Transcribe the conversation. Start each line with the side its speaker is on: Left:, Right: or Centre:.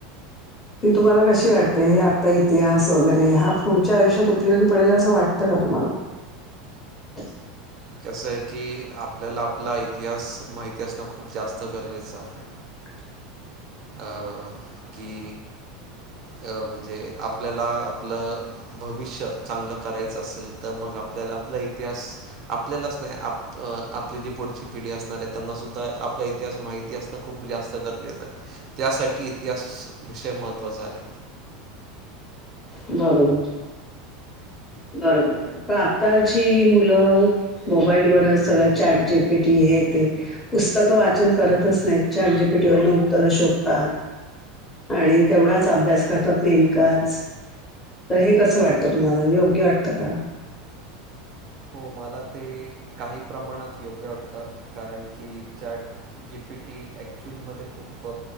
Left: ती तुम्हाला कशी वाटते हे आता इतिहास वगैरे हा पुढच्या आयुष्यात उपयोगी पडेल असं वाटतं का तुम्हाला? <inaudible>
Right: कसंय की आपल्याला आपला इतिहास माहिती असणं खूप जास्त गरजेचं आहे.
Left: <unintelligible>
Right: अ की अ म्हणजे आपल्याला आपलं भविष्य चांगलं करायचं असेल तर मग आपल्याला आपला इतिहास आपल्यालाच नाही आप अ आपली जी पुढची पिढी असणार आहे त्यांनासुद्धा आपला इतिहास माहिती असणं खूप जास्त गरजेचं आहे. त्यासाठी इतिहास विषय महत्त्वाचा आहे.
Left: बरोबर. बरोबर बरोबर पण आत्ताची मुलं मोबाईलवरच सगळं चाट जी पी टी हे पुस्तकं वाचन करतच नाहीत चाट जी पी टी वरण उत्तरं शोधतात. आणि तेवढाच अभ्यास करतात नेमकाच तर हे कसं वाटतं तुम्हाला योग्य वाटतं का
Right: हो मला ते काही प्रमाणात योग्य वाटत कारण की जीपी टी क्च्युअल म खूप